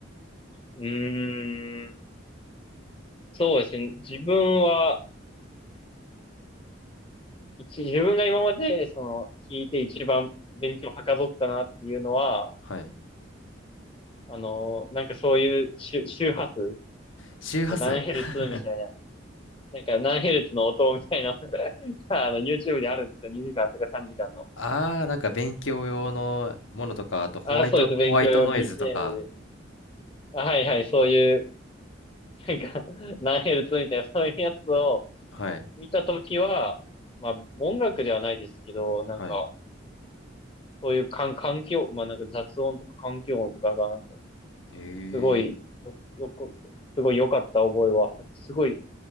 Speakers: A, on the left; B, on the left.
A: うーん。そうですね。自分は、一、自分が今まで、その、聞いて一番勉強はかどったなっていうのは、
B: はい。
A: あの、なんかそういう周、周波数、
B: 周波数。
A: なんか何ヘルツみたいな
B: <laughs>
A: なんか何ヘルツの音みたいな <laughs> のが、<laughs> あの、YouTube であるんですよ。2時間とか3時間の。
B: ああ、なんか勉強用のものとか、あとホワイト、
A: あ、そうです。
B: ホワイトノイズとか、
A: 勉強用 BGM で。あ、はいはい。そういう、なんか、<laughs> 何ヘルツみたいな、そういうやつを
B: はい、
A: 見たときは、まあ、音楽ではないですけど、なんか、
B: はい。
A: そういう環環境、まあなんか雑音とか環境音とかがなんか、
B: ええ
A: すごい、よ、よく、すごい良かった覚えは、すごい